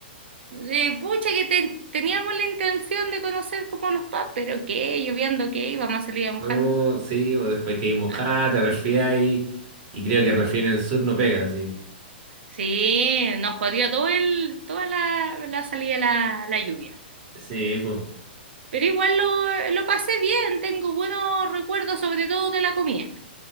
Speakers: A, on the right; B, on the right.
A: de, pucha, que ten- teníamos la intención de conocer como los pubs, pero qué, lloviendo qué, íbamos a salir a mojarnos.
B: No, sí, pues después que hay mojada,
A: Ah,
B: te resfriáis. Y creo que resfriar en el sur no pega, sí.
A: Sí, nos jodió todo el, toda la, la salida la, la lluvia.
B: Sí, pues.
A: Pero igual lo, lo pasé bien, tengo buenos recuerdos sobre todo de la comida.